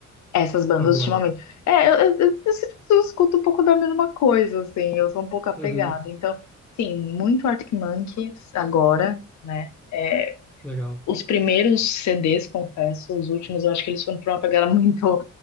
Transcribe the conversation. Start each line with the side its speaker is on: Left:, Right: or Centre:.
Left: Essas bandas
Centre: agora?
Left: ultimamente. É, eu, eu, eu, eu sempre- eu escuto um pouco da mesma coisa, assim. Eu sou um pouco apegada.
Centre: Uhum,
Left: Então, sim, muito Arctic Monkeys agora, né? É,
Centre: legal.
Left: os primeiros CDs, confesso, os últimos eu acho que eles foram para uma pegada <laughs> muito